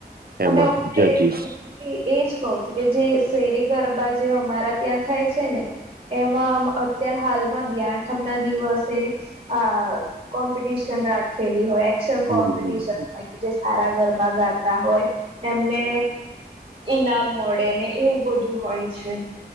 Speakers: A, on the right (about 30°); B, on the right (about 65°).
A: અને
B: એમાં
A: <unintelligible>
B: જજીસ
A: એજ કહું છું કે જે શેરી ગરબા જે અમારા ત્યાં થાય છે, ને એમાં અત્યાર હાલ મા બે આઠમના દિવસે આ કોમ્પિટિશન રા ખેલી હોય એક્શન
B: હમ
A: કોમ્પિટિશન
B: હમ
A: હોય કે જે સારા ગરબા ગાતા હોય એમને ઈનામ મળે ને એવું બધું હોય છે.